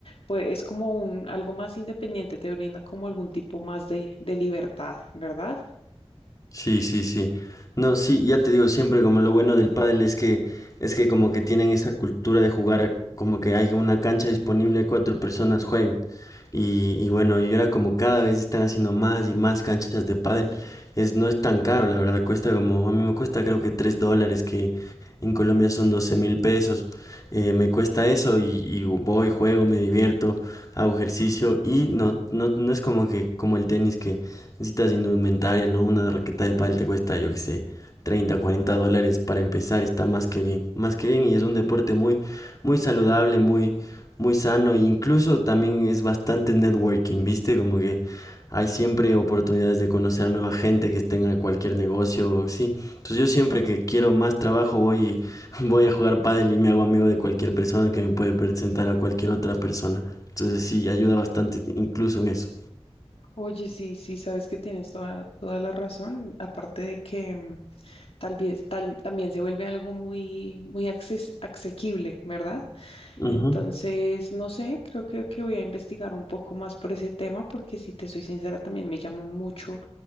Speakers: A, on the left (about 60°); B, on the left (about 35°).
A: pues es como un, algo más independiente, te brinda como algún tipo más de, de libertad, ¿verdad?
B: Sí, sí, sí. No, sí, ya te digo siempre como lo bueno del pádel es que es que como que tienen esa cultura de jugar como que hay una cancha disponible, cuatro personas jueguen. Y, y bueno, y ahora como cada vez están haciendo más y más canchas de pádel, es, no es tan caro, la verdad, cuesta como, a mí me cuesta creo que tres dólares, que en Colombia son doce mil pesos eh, me cuesta eso y, y, voy, juego, me divierto, hago ejercicio y no, no, no es como que como el tenis que necesitas indumentaria, ¿no? Una raqueta de pádel te cuesta, yo qué sé, 30 40 dólares para empezar, está más que bien, más que bien y es un deporte muy, muy saludable, muy, muy sano e incluso también es bastante networking, ¿viste? Como que hay siempre oportunidades de conocer a nueva gente que esté en cualquier negocio, sí. Entonces yo siempre que quiero más trabajo voy, <laughs> voy a jugar pádel y me hago amigo de cualquier persona que me puede presentar a cualquier otra persona. Entonces sí, ayuda bastante incluso en eso.
A: Oye, sí, sí, sabes que tienes toda, toda la razón, aparte de que mm, tal vez tal, también se vuelve algo muy, muy acces- asequible, ¿verdad?
B: Ujú.
A: Entonces, no sé, creo que, que voy a investigar un poco más por ese tema, porque si te soy sincera, también me llama mucho